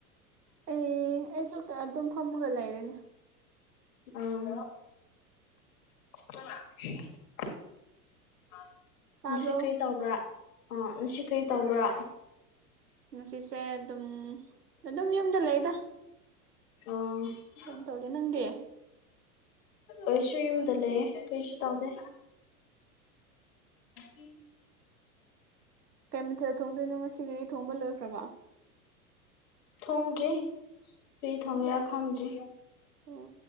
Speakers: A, on the right; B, on the left.
A: ꯑꯩ ꯑꯩꯁꯨ ꯑꯗꯨꯝ ꯐꯝꯃꯒ ꯂꯩꯔꯦꯅꯦ
B: ꯑꯥ ꯆ
A: ꯇꯥꯕ꯭ꯔꯣ
B: ꯁꯤ ꯀꯔꯤ ꯇꯧꯕ꯭ꯔꯥ ꯑꯣ ꯁꯤ ꯀꯩ ꯇꯧꯕ꯭ꯔꯥ
A: ꯉꯁꯤꯁꯦ ꯑꯗꯨꯝ ꯑꯗꯨꯝ ꯌꯨꯝꯗ ꯂꯩꯗ
B: ꯑ
A: ꯀꯩꯝ ꯇꯧꯗꯦ ꯅꯪꯗꯤ
B: ꯀꯩꯁꯨ ꯌꯨꯝꯗ ꯂꯩꯌꯦ ꯀꯩꯁꯨ ꯇꯧꯗꯦ ꯑ
A: ꯀꯩ ꯃꯊꯛ ꯊꯣꯡꯗꯣꯏꯅꯣ ꯉꯁꯤꯒꯤꯗꯤ ꯊꯣꯡꯕ ꯂꯣꯏꯈ꯭ꯔꯕ
B: ꯊꯣꯡꯗ꯭ꯔꯤ ꯀꯔꯤ ꯊꯣꯡꯉꯦꯔꯥ ꯈꯪꯗ꯭ꯔꯤ
A: ꯑꯣ